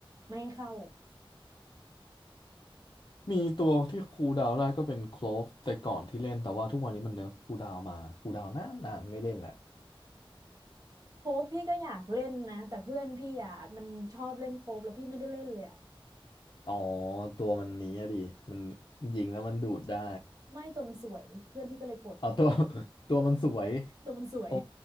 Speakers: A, on the right (about 40°); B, on the left (about 50°).
A: ไม่ให้เข้า
B: มีตัวที่คูลดาวน์ได้ก็เป็นโคลฟแต่ก่อนที่เล่นแต่ว่าทุกวันนี้มันเนิร์ฟคูลดาวน์มาคูลดาวน์นานนานไม่เล่นแหละ
A: โคบพี่ก็อยากเล่นนะแต่เพื่อนพี่อ่ะมันชอบเล่นโคบแล้วพี่ไม่ได้เล่นเลยอะ
B: อ๋อตัวมันนี้อะดิมันยิงแล้วมันดูดได้
A: ไม่ตัวมันสวยเพื่อนพี่ก็เลยกด
B: เอาตัว <laughs> ตัวมันสวย
A: ตัวมันสวย
B: โอ้